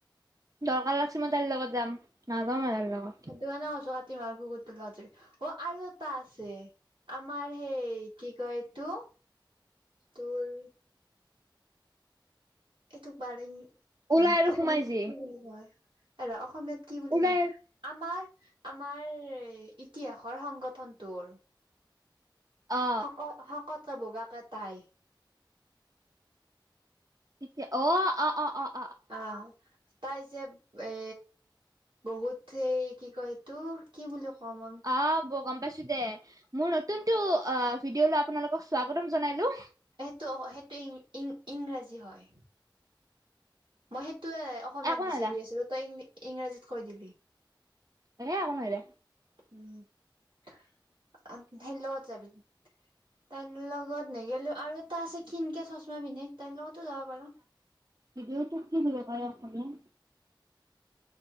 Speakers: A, on the right (about 45°); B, on the right (about 80°).
A: দৰকাৰ লাগছে মই তাইৰ লগত যাম নাযাওঁ মই তাইৰ লগত।
B: সেইটো কাৰণে কৈছোঁ কাতিমাহৰ কুকুৰটোৰ লগত যাবি অ', আৰু এটা আছে। আমাৰ সেই কি কয় এইটো তোৰ এইটোক বা আৰু
A: ওলাই
B: <unintelligible>
A: আৰু
B: অসমীয়াত
A: সোমাই যি
B: কি বুলি কয়। এ ৰ' অসমীয়াত কি বুলি
A: ওলাই
B: কয়, আমাৰ আমাৰ ইতিহাসৰ সংগঠনটোৰ
A: অ
B: শকত, শকতকে বগাকে তাই।
A: এতিয়া অ', অ', অ', অ'।
B: অ', তাই যে, এ বহুত সেই কি কয় এইতো কি বুলি কম <unintelligible>
A: আহ, বৌ গম পাইছোঁ দে, মোৰ নতুন এইটো অ' ভিডিঅ' লৈ আপোনালোকক স্বাগতম জনাইলো।
B: সেইটো, সেইটো ই ইং ইংৰাজী হ'য়। মই সেইটোৱে অসমীয়াত
A: একো
B: বিচাৰি
A: নাই দে
B: আছিলো, তই ইং ইংৰাজীত কয় দিলি।
A: এ একো নহয় দে।
B: উম, <unintelligible> সেই লগত যাবি? তাইৰ লগত নেগেলিওঁ, আৰু এটা আছে ক্ষীনকে চশমা পিন্ধে, তাইৰ লগতো যাব পাৰো।
A: ভিডিঅ' তোক কি বুলি কয় এ অসমীয়াত?